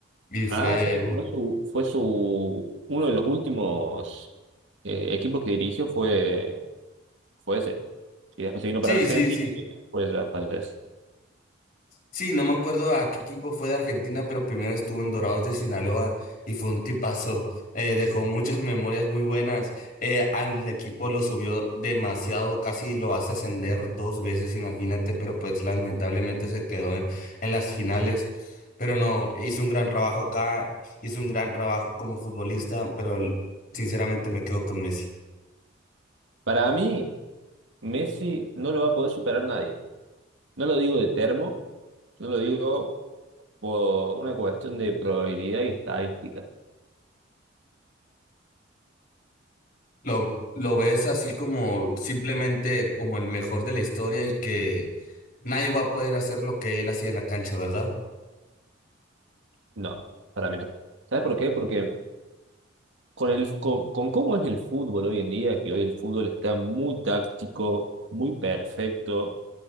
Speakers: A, on the left; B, on the right.
A: y fue
B: Ah, ¿sabes?
A: un...
B: Fue su, fue su, uno de los últimos eh, equipos que dirigió fue, fue ese. Y después se vino
A: Sí,
B: para Argentina
A: sí, sí.
B: y después ya falleció.
A: Sí, no me acuerdo a qué equipo fue de Argentina, pero primero estuvo en Dorados de Sinaloa y fue un tipazo. Eh, dejó muchas <laughs> memorias muy buenas. Eh, al equipo lo subió demasiado, casi lo hace ascender dos veces, imagínate, pero pues lamentablemente se quedó en, en las finales. Pero no, hizo un gran trabajo acá, hizo un gran trabajo como futbolista, pero el- sinceramente me quedo con Messi.
B: Para mí, Messi no lo va a poder superar nadie. No lo digo de termo, no lo digo por una cuestión de probabilidad y estadística.
A: Lo, lo ves así como simplemente como el mejor de la historia y que nadie va a poder hacer lo que él hacía en la cancha, ¿verdad?
B: No, para mí no. ¿Sabes por qué? Porque con el, con, con cómo es el fútbol hoy en día, que hoy el fútbol está muy táctico, muy perfecto